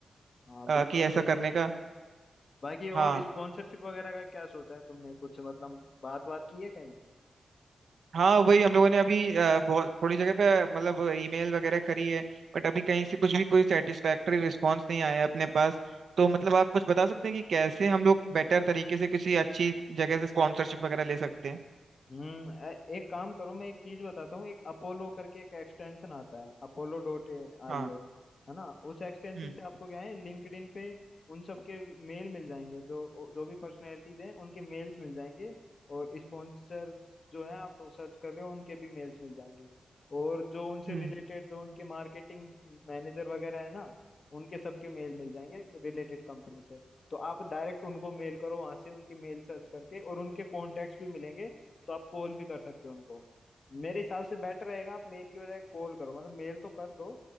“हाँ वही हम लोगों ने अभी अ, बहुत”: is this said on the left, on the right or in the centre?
Right